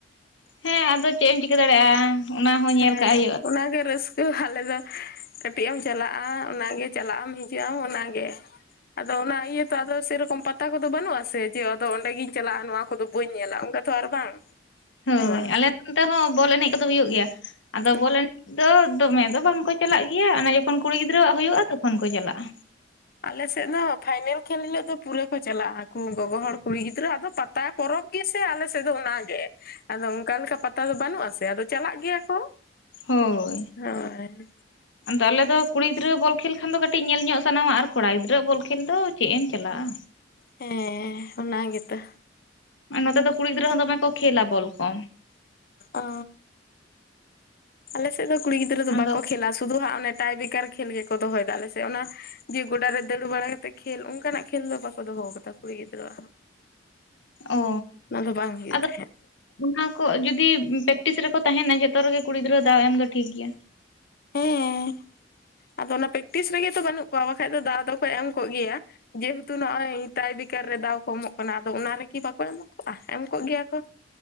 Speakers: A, on the left; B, on the left.
A: ᱦᱮᱸ ᱟᱫᱚ ᱪᱮᱫ ᱮᱢ ᱪᱤᱠᱟᱹ ᱫᱟᱲᱮᱭᱟᱜᱼᱟ᱾ ᱚᱱᱟ ᱦᱚᱸ ᱧᱮᱞ
B: ᱦᱮᱸ
A: ᱠᱟᱜ ᱦᱩᱭᱩᱜᱼᱟ
B: ᱚᱱᱟᱜᱮ ᱨᱟᱹᱥᱠᱟᱹ ᱟᱞᱮ ᱫᱚ ᱠᱟᱹᱴᱤᱡ ᱮᱢ ᱪᱟᱞᱟᱜᱼᱟ ᱚᱱᱟᱜᱮ ᱪᱟᱞᱟᱜ ᱟᱢ ᱦᱤᱡᱩᱜ ᱟᱢ ᱚᱱᱟᱜᱮ ᱟᱫᱚ ᱚᱱᱟ ᱚ ᱟᱫᱚ ᱥᱮ ᱨᱚᱠᱚᱢ ᱯᱟᱛᱟ ᱠᱚᱫᱚ ᱵᱟᱹᱱᱩᱜ ᱟᱥᱮ ᱡᱮ ᱟᱫᱚ ᱚᱸᱰᱮ ᱜᱤᱧ ᱪᱟᱞᱟᱜᱼᱟ ᱱᱚᱣᱟ ᱠᱚᱫᱚ ᱵᱟᱹᱧ ᱧᱮᱞᱟ ᱚᱱᱠᱟ ᱛᱚ ᱟᱨ ᱵᱟᱝ
A: ᱦᱳᱭ
B: ᱦᱮᱸ ᱵᱟᱝ
A: ᱟᱞᱮ ᱱᱚᱱᱛᱮ ᱦᱚᱸ ᱵᱚᱞ ᱮᱱᱮᱡ ᱠᱚᱫᱚ ᱦᱩᱭᱩᱜ ᱜᱮᱭᱟ ᱟᱫᱚ
B: ᱦᱩᱸ
A: ᱵᱚᱞ ᱮᱱᱮᱡ ᱫᱚ ᱫᱚᱢᱮ ᱫᱚ ᱵᱟᱝᱠᱚ ᱪᱟᱞᱟᱜ ᱜᱮᱭᱟ ᱡᱚᱠᱷᱚᱱ ᱠᱩᱲᱤ ᱜᱤᱫᱽᱨᱟᱹᱣᱟᱜ ᱦᱩᱭᱩᱜᱼᱟ ᱛᱚᱠᱷᱚᱱ ᱠᱚ ᱪᱟᱞᱟᱜᱼᱟ᱾
B: ᱟᱞᱮ ᱥᱮᱫ ᱫᱚ ᱯᱷᱟᱭᱱᱮᱞ ᱠᱷᱮᱞ ᱦᱤᱞᱳᱜ ᱫᱚ ᱯᱩᱨᱟᱹ ᱠᱚ ᱪᱟᱞᱟᱜᱼᱟ ᱜᱚᱜᱚ ᱦᱚᱲ ᱠᱩᱲᱤ ᱜᱤᱫᱽᱨᱟᱹ ᱟᱫᱚ ᱯᱟᱛᱟ ᱠᱚ ᱯᱚᱨᱚᱵᱽ ᱯᱚᱨᱚᱵᱽ ᱜᱮᱥᱮ ᱟᱞᱮ ᱥᱮᱫ ᱫᱚ ᱚᱱᱟᱜ ᱜᱮ ᱟᱫᱚ ᱚᱱᱠᱟ ᱞᱮᱠᱟ ᱯᱟᱛᱟ ᱫᱚ ᱵᱟᱹᱱᱩᱜ ᱟᱥᱮ ᱟᱫᱚ ᱪᱟᱞᱟᱜ ᱜᱮᱭᱟ ᱠᱚ
A: ᱦᱳᱭ!
B: ᱦᱳᱭ
A: ᱟᱫᱚ ᱟᱞᱮ ᱫᱚ ᱠᱩᱲᱤ ᱜᱤᱫᱽᱨᱟᱹ ᱵᱚᱞ ᱠᱷᱮᱞ ᱠᱷᱟᱱ ᱫᱚ ᱠᱟᱹᱴᱤᱡ ᱧᱮᱞ ᱧᱚᱜ ᱥᱟᱱᱟᱣᱟ ᱟᱨ ᱠᱚᱲᱟ ᱜᱤᱫᱽᱨᱟᱹᱣᱟᱜ ᱵᱚᱞ ᱠᱷᱮᱞ ᱫᱚ ᱪᱮᱫ ᱮᱢ ᱪᱟᱞᱟᱜᱼᱟ᱾
B: ᱦᱮᱸ ᱚᱱᱟ ᱜᱮᱛᱚ᱾
A: ᱱᱚᱛᱮ ᱫᱚ ᱠᱩᱲᱤ ᱜᱤᱫᱽᱨᱟᱹ ᱫᱚᱢᱮ ᱠᱚ ᱠᱷᱮᱞᱟ ᱵᱚᱞ ᱠᱚ
B: ᱚ ᱟᱞᱮ ᱥᱮᱫ ᱮᱫ ᱫᱚ ᱠᱩᱲᱤ ᱜᱤᱫᱽᱟᱹ ᱫᱚ
A: ᱟᱫᱚ
B: ᱵᱟᱠᱚ ᱠᱷᱮᱞᱟ ᱥᱩᱫᱷᱩ ᱦᱟᱜ ᱚᱱᱮ ᱴᱟᱭ ᱵᱮᱠᱟᱨ ᱠᱷᱮᱞ ᱜᱮᱠᱚ ᱫᱚᱦᱚᱭᱮᱫᱟ ᱟᱞᱮ ᱥᱮ ᱚᱱᱟ ᱡᱮ ᱜᱚᱰᱟ ᱨᱮ ᱫᱟᱹᱲ ᱵᱟᱲᱟ ᱠᱟᱛᱮ ᱠᱷᱮᱞ ᱚᱱᱠᱟᱱᱟᱜ ᱠᱷᱮᱞ ᱫᱚ ᱵᱟᱠᱚ ᱫᱚᱦᱚᱭᱫᱟ᱾ ᱦᱜᱚᱛ ᱠᱩᱲᱤ ᱜᱤᱫᱽᱨᱟᱹ
A: ᱚ
B: ᱚᱱᱟ ᱫᱚ ᱵᱟᱝ ᱦᱩᱭᱩᱜ
A: ᱟᱫᱚ
B: ᱛᱟᱦᱮᱸᱜ
A: ᱚᱱᱟ ᱠᱚ ᱡᱩᱫᱤ ᱯᱮᱠᱴᱤᱥ ᱨᱮᱠᱚ ᱛᱟᱦᱮᱸᱱᱟ ᱡᱷᱚᱛᱚ ᱨᱮᱜᱮ ᱠᱩᱲᱤ ᱜᱤᱫᱽᱨᱟᱹ ᱫᱟᱣ ᱮᱢ ᱫᱚ ᱴᱷᱤᱠ ᱜᱮᱭᱟ᱾
B: ᱦᱮᱸ ᱟᱫᱚ ᱚᱱᱟ ᱯᱨᱮᱠᱴᱤᱥ ᱨᱮᱜᱮ ᱛᱚ ᱵᱟᱹᱱᱩᱜ ᱠᱚᱣᱟ ᱵᱟᱠᱷᱟᱡ ᱫᱚ ᱫᱟᱜ ᱫᱚᱠᱚ ᱮᱢ ᱠᱚᱜ ᱜᱮᱭᱟ᱾ ᱡᱮᱦᱮᱛᱩ ᱱᱚᱜᱼᱚᱭ ᱢᱮ ᱛᱟᱭ ᱫᱤᱱ ᱯᱟᱹᱭᱠᱟᱹᱨ ᱨᱮ ᱫᱟᱣ ᱠᱚ ᱮᱢᱚᱜ ᱠᱟᱱᱟ ᱟᱫᱚ ᱚᱱᱟ ᱨᱮᱜᱤ ᱵᱟᱠᱚ ᱮᱢᱚᱜ ᱠᱚᱜᱼᱟ? ᱮᱢ ᱠᱚᱜ ᱜᱮᱭᱟ ᱠᱚ